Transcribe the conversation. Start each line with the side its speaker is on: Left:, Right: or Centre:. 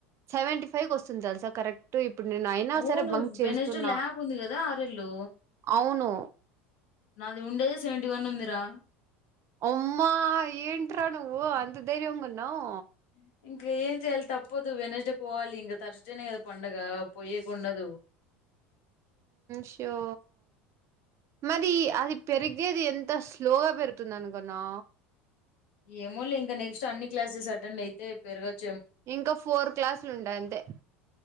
Right: సెవెంటీ ఫైవ్ వస్తుంది చసా కరెక్ట్ ఇప్పుడు నేను అయినా
Left: అవును
Right: సరే బంక్ చేస్తున్నా
Left: వెనస్డే ల్యాబ్ ఉంది కదా ఆరెల్లో
Right: అవును
Left: నాది ఉండేదే సెవెంటీ వన్ వందిరా
Right: అమ్మా ఏంట నువ్వు అంత ధైర్యవంగన్నావు
Left: ఉ ఇంకా ఏం చేయాలి తప్పదు వెనస్డే పోవాలి ఇంకా థర్స్డేనే కదా పండగ పోయేకుండదు
Right: షో మరి అది పెరిగేది ఎంత స్లోగా పెరుతుంది అనుకున్నా
Left: ఏమో లే ఇంక నెక్స్ట్ అన్ని క్లాసెస్ అెండ్ అయితే పెరగచ్చు
Right: ఇంకా ఫోర్ క్లాసులు ఉండయి అంతే